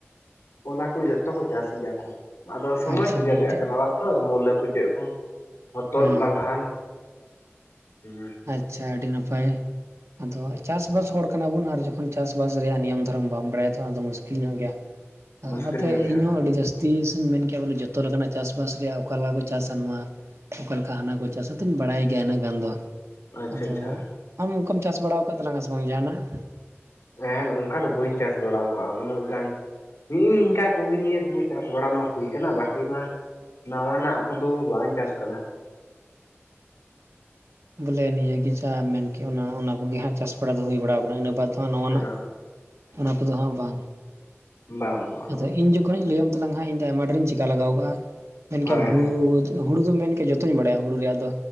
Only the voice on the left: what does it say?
ᱚᱱᱟ ᱠᱩ ᱡᱚᱛᱚ ᱠᱚ ᱪᱟᱥ ᱜᱮᱭᱟ ᱠᱚ, ᱟᱫᱚ ᱥᱚᱢᱚᱭ
ᱥᱤᱡᱮᱱ ᱨᱮᱭᱟᱜ
ᱠᱟᱱᱟ ᱟᱨ ᱛᱚᱨ ᱢᱩᱞᱟᱹ ᱠᱩ ᱪᱮᱫ ᱠᱩ ᱦᱚᱛᱚᱫ,
ᱢᱟᱞᱦᱟᱱ ᱦᱩᱸ᱾
<inaudible>
ᱧᱚᱜ ᱜᱮᱭᱟ
ᱦᱳᱭ
ᱟᱪᱪᱷᱟ
ᱟᱪᱪᱷᱟ
ᱮᱸ ᱚᱱᱠᱟ ᱫᱚ ᱵᱟᱹᱧ ᱪᱟᱥ ᱵᱟᱲᱟᱣ ᱟᱠᱟᱜᱼᱟ, ᱩᱱᱟᱹᱜ ᱜᱟᱱ ᱱᱤᱜᱼᱤ ᱱᱤᱝᱠᱟ ᱠᱚᱜᱮ ᱱᱤᱭᱟᱹ ᱠᱚᱜᱮ ᱪᱟᱥ ᱵᱟᱲᱟ ᱢᱟ ᱦᱩᱭ ᱠᱟᱱᱟ, ᱵᱟᱠᱤ ᱢᱟ ᱱᱟᱣᱟᱱᱟᱜ ᱠᱚᱫᱚ ᱵᱟᱧ ᱪᱟᱥ ᱠᱟᱫᱟ᱾
ᱦᱮᱸ
ᱵᱟᱝ ᱵᱟᱝ
ᱦᱳᱭ
ᱦᱳᱭ